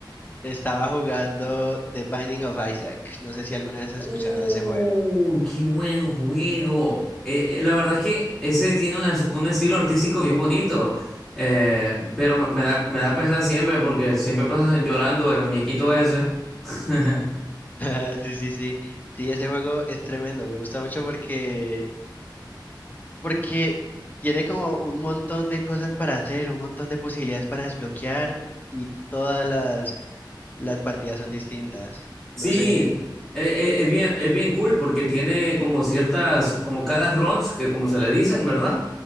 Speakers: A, on the left; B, in the centre.
A: Estaba jugando The Binding of Isaac. No sé si alguna vez has
B: Uh,
A: escuchado de ese juego.
B: qué buen juego. Eh, eh, la verdad es que ese tiene una- un estilo artístico bien bonito, Eh, pero me da, me da pesar siempre porque siempre pasas llorando el muñequito ese. <laughs>
A: <laughs> Sí, sí, sí. Sí, ese juego es tremendo. Me gusta mucho porque, porque tiene como un montón de cosas para hacer, un montón de posibilidades para desbloquear y todas las, las partidas son distintas.
B: Sí,
A: No sé.
B: eh, eh, es bien, es bien cool porque tiene como ciertas, como cada runs que como se le dicen, ¿verdad?